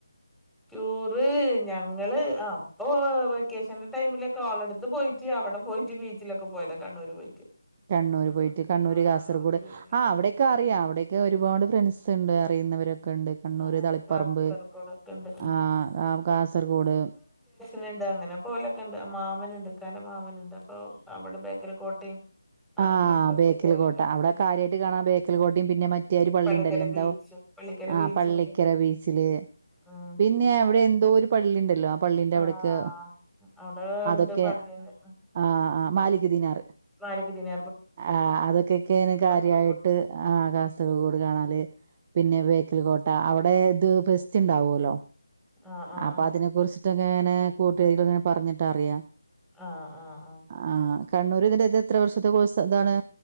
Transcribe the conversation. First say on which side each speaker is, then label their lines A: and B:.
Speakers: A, in the centre; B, on the right.
A: ടൂറ് ഞങ്ങള് അപ്പൊ വെക്കേഷന്റെ ടൈമിലൊക്കെ ഓളടു ത്ത് പോയിട്ട് അവിടെ പോയിട്ട് ബീച്ചിലൊക്കെ പോയത കണ്ണൂര് പോയിട്ട്.
B: കണ്ണൂർ
A: ആഹ്
B: പോയിട്ട് കണ്ണൂർ,
A: ആഹ്
B: കാസർഗോട്
A: അവൾക്ക് ലീവിനുണ്ട്
B: ആ അവിടെക്കെ അറിയാം അവിടെയൊക്കെ ഒരുപാട്
A: ഉണ്ട്
B: ഫ്രണ്ട്സ് ണ്ട് അറിയുന്നവരൊക്കെണ്ട്. കണ്ണൂര്,
A: ആഹ്
B: തളിപ്പറമ്പ്
A: കാസർഗോഡൊക്കെ ഉണ്ട് ഉം
B: ആഹ് കാസർഗോഡ്
A: നുണ്ട് അങ്ങനെ പോലെക്കണ്ട് മാമന് ക്കാന്റെ മാമനുണ്ട് അപ്പൊ അവിടെ ബേക്കറി കോട്ടയും
B: ആഹ്
A: അങ്ങനത്തൊക്കെ
B: ബേക്കൽ
A: പോലൊക്കെ
B: കോട്ട
A: ഉണ്ട്
B: അവിടെ
A: ഉം
B: കാര്യയിട്ട് കാണാൻ ബേക്കൽ കോട്ടയും പിന്നെ മറ്റ് ഒരു പള്ളി
A: പള്ളിക്കര
B: ഉണ്ടല്ലോ എന്താ
A: ബീച്ചും പള്ളിക്കര
B: ആ
A: ബീച്ചും
B: പള്ളിക്കല
A: ഉണ്ട്
B: ബീച്ചില് പി
A: ഉം
B: പിന്നെ അവിടെ എന്തോ ഒരു പള്ളി ഇണ്ടല്ലോ? പള്ളിന്റെ അവിടെക്ക്
A: ആഹ് അവിടെ
B: അതൊക്കെ
A: ഉണ്ട് പള്ളിണ്ട്
B: ആ ആ മാലിക് ദിനാർ
A: മാലിക്ക ദിന
B: ആ അതൊക്കെക്കെന് കാര്യയിട്ട്
A: കാസർഗോഡ്
B: ആ കാസർഗോട് കാണല് പിന്നെ ബേക്കൽ കോട്ട അവിടെ ഇത് ഫെസ്റ്റ് ഉണ്ടാവുല്ലോ.
A: ആഹ് ആഹ്
B: അപ്പൊ
A: ആഹ്
B: അതിനെ കുറിച്ചിട്ടങ്ങനെ കൂട്ടുകാരികൾ ഇങ്ങനെ പറഞ്ഞിട്ട് അറിയാം
A: ആഹ് ആഹ് ആഹ്
B: ആഹ് കണ്ണൂര് ഇതിന്റെ ഇത് എത്ര വർഷത്തെ കോഴ്സ് ആണ്?